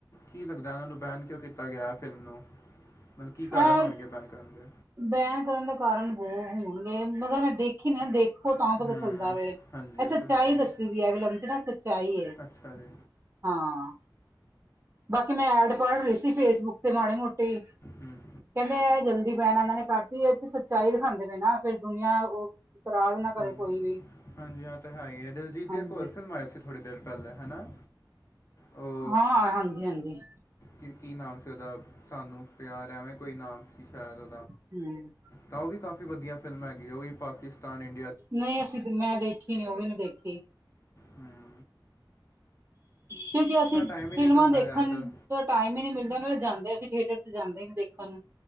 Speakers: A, on the left (about 40°); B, on the right (about 30°).
A: ਕੀ ਲੱਗਦਾ ਇਹਨਾਂ ਨੂੰ ਬੈਨ ਕਿਉਂ ਕੀਤਾ ਗਿਆ ਹੈ ਫਿਲਮ ਨੂੰ ਮੱਤਲਬ ਕੀ ਕਾਰਨ
B: ਐ
A: ਹੋਣਗੇ ਬੈਨ ਕਰਨ ਦੇ
B: ਬੈਨ ਕਰਨ ਦੇ ਕਾਰਨ ਬਹੁੱਤ ਹੋਣਗੇ ਮਗੱਰ ਮੈਂ ਦੇਖੀ ਨਾ ਦੇਖ ਦੇਖੋਂ ਤਾਂ ਪਤਾ
A: ਹੂੰ
B: ਚੱਲਦਾ ਵੇ ਇਹ
A: ਹਾਂਜੀ
B: ਸੱਚਾਈ
A: ਉਹ ਤਾਂ ਹੈ ਹੀ ਆ।
B: ਦੱਸੀ ਇਹਦੇ ਵਿੱਚ ਚ ਨਾ ਸੱਚਾਈ ਹੈ
A: ਅੱਛਾ ਜੀ
B: ਹਾਂ। ਬਾਕੀ ਮੈਂ ਐਡ ਪੜ੍ਹ ਰਹੀ ਸੀ ਫੇਸਬੁੱਕ ਤੇ ਮਾੜੇ ਮੋਟੇ ਕਹਿੰਦੇ
A: ਹੂੰ
B: ਆ ਜਲਦੀ ਬੈਨ ਇਹਨਾਂ ਨੇ ਕੱਟ ਇਹ ਚ ਸੱਚਾਈ ਦਿਖਾਉਂਦੇ ਪਏ ਨਾ ਫੇਿਰ ਦੁਨੀਆਂ ਉਹ ਇਤਰਾਜ਼ ਨਾ ਕਰੇ
A: ਹਾਂਜੀ-ਹਾਂਜੀ
B: ਕੋਈ ਵੀ
A: ਹਹ ਤਾਂ ਹੈ ਹੀ ਹੈ ਦਿਲਜੀਤ ਦੀ
B: ਹਾਂਜੀ
A: ਇੱਕ ਹੋਰ ਫਿਲਮ ਆਈ ਸੀ। ਥੋੜ੍ਹੀ ਦੇਰ ਪਹਿਲੇ ਹੈ ਨਾ ਉਹ
B: ਹਾਂ ਹਾਂਜੀ-ਹਾਂਜੀ
A: ਕੀ-ਕੀ ਨਾਮ ਸੀ ਉਹਦਾ ਸਾਨੂੰ ਪਿਆਰ ਐਵੇਂ ਕੋਈ ਨਾਮ ਸੀ ਸ਼ਾਇਦ
B: ਹੂੰ
A: ਤਾਂ ਉਹ ਵੀ ਕਾਫ਼ੀ ਵਧੀਆ ਫਿਲਮ ਹੈਗੀ ਉਹ ਵੀ ਪਾਕਿਸਤਾਨ ਇੰ
B: ਨਹੀਂ ਅਸੀਂ ਮੈਂ ਦੇਖੀ ਨੀ ਉਹ ਵੀ ਨੀ ਦੇਖੀ
A: ਹਮ।
B: ਕਿਉਂਕਿ ਅਸੀਂ
A: ਟਾਈਮ ਹੀ
B: ਫਿਲਮਾਂ
A: ਨਹੀਂ ਮਿਲਦਾ
B: ਦੇਖਣ
A: ਜ਼ਿਆਦਾਤਰ
B: ਟਾਈਮ ਹੀ ਨੀ ਮਿਲਦਾ ਨਾਂ ਜਾਂਦੇ ਅਸੀਂ ਥੀਏਟਰ ਚ ਜਾਂਦੇ ਦੇਖਣ ਨੂੰ